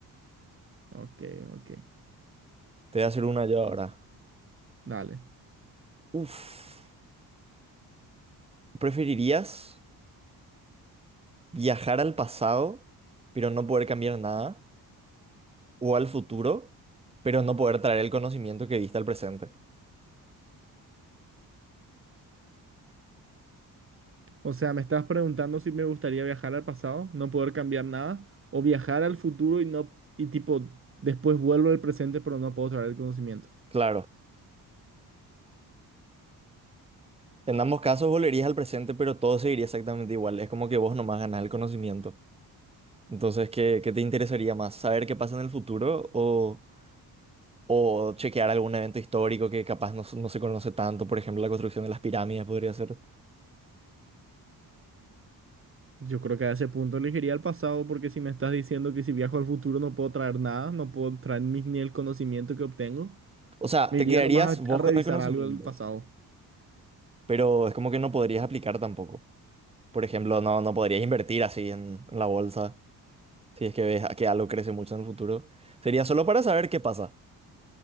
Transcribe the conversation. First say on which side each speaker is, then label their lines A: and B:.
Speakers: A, on the right (about 35°); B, on the right (about 15°).
A: Ok, ok.
B: Te voy a hacer una yo ahora.
A: Dale.
B: Uf, ¿preferirías viajar al pasado, pero no poder cambiar nada? ¿O al futuro, pero no poder traer el conocimiento que viste al presente?
A: O sea, me estás preguntando si me gustaría viajar al pasado, no poder cambiar nada, o viajar al futuro y no, y tipo, después vuelvo al presente, pero no puedo traer el conocimiento.
B: Claro, en ambos casos volverías al presente, pero todo seguiría exactamente igual. Es como que vos nomás ganás el conocimiento. Entonces, ¿qué, qué te interesaría más? ¿Saber qué pasa en el futuro o O chequear algún evento histórico que capaz no, se- no se conoce tanto, por ejemplo, la construcción de las pirámides podría ser.
A: Yo creo que a ese punto elegiría el pasado, porque si me estás diciendo que si viajo al futuro no puedo traer nada, no puedo traer ni, ni el conocimiento que obtengo,
B: O sea,
A: me
B: te
A: iría
B: quedarías
A: nomás
B: vos
A: a, a revisar
B: con el conocimiento,
A: algo del pasado.
B: pero es como que no podrías aplicar tampoco. Por ejemplo, no, no podrías invertir así en, en la bolsa, si es que ves que algo crece mucho en el futuro. Sería solo para saber qué pasa.